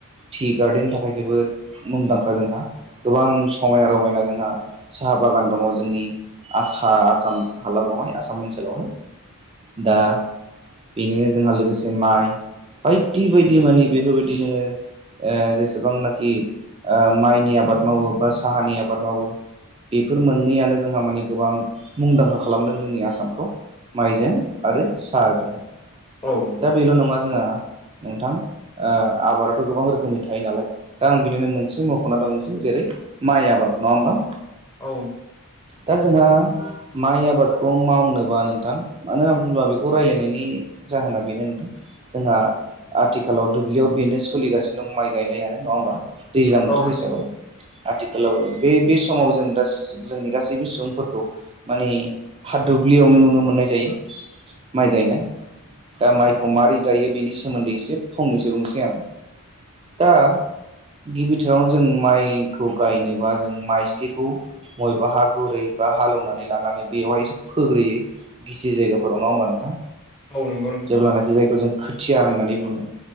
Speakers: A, on the right (about 25°); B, on the left (about 20°).
A: टि गार्डेननि थाखाय जोबोद मुंदांखा जोंहा गोबां समायना रमायना जोंहा साहा बागान दङ जोंनि आ आसाम हालामावहाय आसाम ओनसोलावहाय दा बेनिनो जोंहा लोगोसे माइ बाय बिदि बायदि माने बेफोरबायदि जोङो जेसेबांनाखि माइनि आबाद मावो बा साहानि आबाद मावो बेफोर मोननैयानो जोंहा मानि गोबां मुंदांखा खालामदों जोंनि आसामखौ माइजों आरो साहाजोंहाय
B: औ नंगौ
A: दा
B: नोंथां
A: बेल' नङा जोंहा नोंथां आबादाथ' गोबां रोखोमनि थायो नालाय दा आं बिनिनो मोनसे मख'ना दंसै जेरै माइ आबाद नङा होम्बा
B: औ
A: दा जोंहा माइ आबादखौ मावनोबा नोंथां मानो होनना बुङोब्ला बेखौ रायलायनायनि जाहोना बेनो नोंथां जोंहा आथिखालाव दुब्लियाव बेनो सोलिगासिनो दं माइ गायनायानो नङा होम्बा दैज्लां बोथोर
B: औ नंगौ
A: हिसाबै
B: नोंथां।
A: आथिखालाव बे बे समाव जों दा जोंनि गासैबो सुबुंफोरखौ माने हा दुब्लियावनो नुनो मोननाय जायो माइ गायनाय दा माइखौ माबारै गायो बेनि सिगां सोमोन्दै एसे फंनैसो बुंसै आं दा गिबिथाराव जों माइखौ गायनोबा जों माइस्लिखौ बबेबा हा गुरै बा हालेवनानै लानानै बेयावहाय एसे फोग्रोयो गिसि जायगाफोराव ना होमबा नोंथां
B: औ नंगौ नोंथां
A: जेब्लानाखि जायगायाव जोंथि खोथिया होननानै बुङो